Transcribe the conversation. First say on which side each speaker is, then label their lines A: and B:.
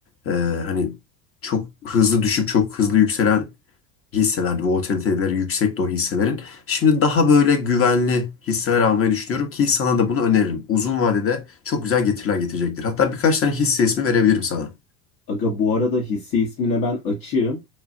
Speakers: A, on the left; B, on the left.
A: Ee, hani çok hızlı düşüp çok hızlı yükselen hisselerdi. Volatiliteleri yüksekti o hisselerin. Şimdi daha böyle güvenli hisseler almayı düşünüyorum ki sana da bunu öneririm. Uzun vadede çok güzel getiriler getirecektir. Hatta birkaç tane hisse ismi verebilirim sana.
B: Aga bu arada hisse ismine ben açığım.